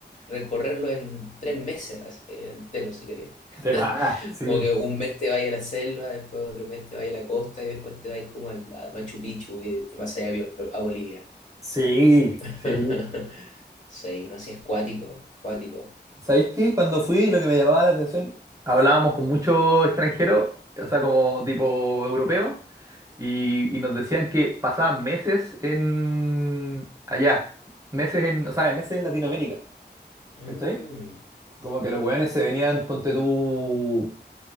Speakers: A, on the left; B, on the right.
A: recorrerlo en tres meses así, entero, si querés. <laughs>
B: de más, sí.
A: Como que un mes te vayas a la selva, después otro mes te vayas a la costa y después te vayas como al, a Machu Picchu y te vas allá a, Bio- a Bolivia.
B: Sí,
A: <laughs>
B: sí.
A: Sí, no, así es cuático, es cuático.
B: ¿Sabéis qué? Cuando fui, lo que me llamaba la atención, hablábamos con muchos extranjeros, o sea, como tipo europeo, y, y nos decían que pasaban meses en allá, meses en, o sea, ¿sabes? meses en Latinoamérica,
A: Mm.
B: ¿cachai? Como que los weones se venían, ponte tú,